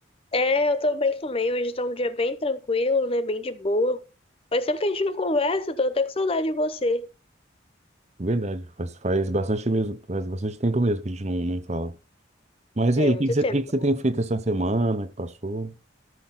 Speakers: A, on the left; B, on the right.
A: É, eu tô bem também. Hoje tá um dia bem tranquilo, né? Bem de boa. Faz tempo que a gente não conversa, tô até com saudade de você.
B: Verdade, faz, faz bastante mesmo, faz bastante tempo mesmo que a gente não, não fala. Mas
A: É,
B: e aí,
A: muito
B: o que que você,
A: tempo.
B: o que que você tem feito essa semana que passou?